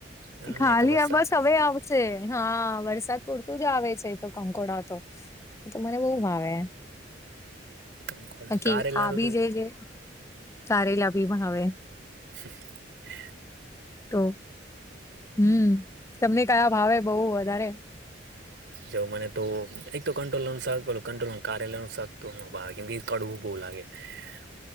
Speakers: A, on the right (about 70°); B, on the left (about 15°).
A: હા
B: ખાલી
A: એ તો વરસાદ
B: આ બસ હવે આવ શે હા વરસાદ પૂરતું જ આવે છે તો કંકોડા તો, તો મને બહુ ભા વે
A: કંકોડા
B: બાકી
A: કારેલા
B: આ બી
A: તો
B: જેજે કારેલા ભી પણ હવે
A: હહ હે.
B: તો હમ તમને કયા ભાવે બહુ વધારે.
A: જો મને તો એક તો કંટોલાનું શાક કલ કંટોલા કારેલાનું શાક નો ભાવ કેમ કે કડવું બહુ લાગે. <unintelligible>